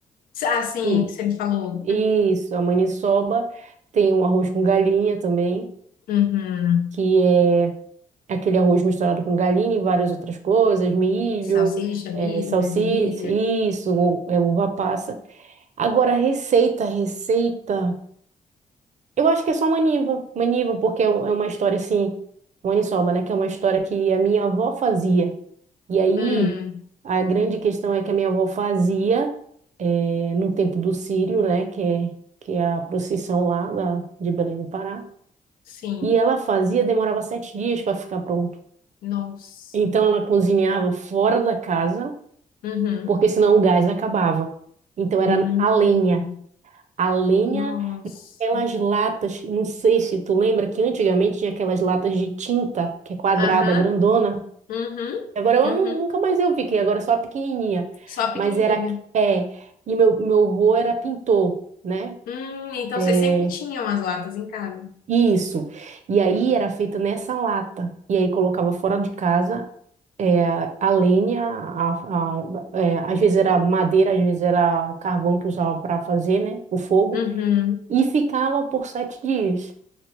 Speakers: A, on the left; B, on the right.
A: Ah, sim,
B: Que
A: que você me falou.
B: isso, a maniçoba. Tem um arroz com galinha também,
A: Uhum, uhum.
B: que é aquele arroz misturado com galinha e várias outras coisas, milho,
A: Salsicha, milho,
B: é, salsicha,
A: ervilha.
B: isso, ou- é uva passa. Agora, receita, receita. Eu acho que é só Maniva. Maniva, porque é um- é uma história assim, Maniçoba, né? Que é uma história que a minha avó fazia. E aí,
A: Hum,
B: a grande questão é que a minha avó fazia eh, no tempo do Círio, né? Que é, que é a procissão lá da, de Belém do Pará.
A: sim.
B: E ela fazia, demorava sete dias para ficar pronto.
A: Nossa.
B: Então, ela cozinhava fora da casa,
A: Uhum.
B: porque senão o gás acabava. Então, era
A: Hum,
B: a lenha. A lenha
A: nossa.
B: Aquelas latas, não sei se tu lembra que antigamente tinha aquelas latas de tinta, que é quadrada,
A: Aham.
B: grandona.
A: Uhum.
B: Agora eu
A: Uhum.
B: nu- nunca mais eu vi, que agora é só a pequenininha.
A: Só a pequenininha.
B: Mas era, que- é, e meu, meu avô era pintor, né?
A: Hum, então
B: É,
A: vocês sempre tinham as latas em casa.
B: isso. E aí era feita nessa lata. E aí colocava fora de casa, é, a a lenha, a, a- é, às vezes era madeira, às vezes era carvão que usava para fazer, né? O fogo.
A: Uhum.
B: E ficava por sete dias.